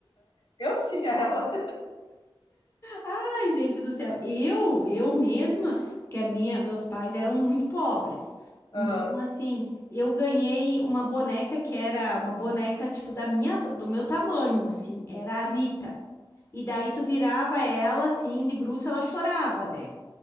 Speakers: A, on the left; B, on the left.
A: Eu tinha ela. <laughs>
B: Ai, gente do céu, eu, eu mesma, porque a minha, meus pais eram muito pobres. Então,
A: Aham.
B: assim, eu ganhei uma boneca que era uma boneca tipo da minha, do meu tamanho, assim, era a Rita. E daí tu virava ela assim, de bruço, ela chorava, né?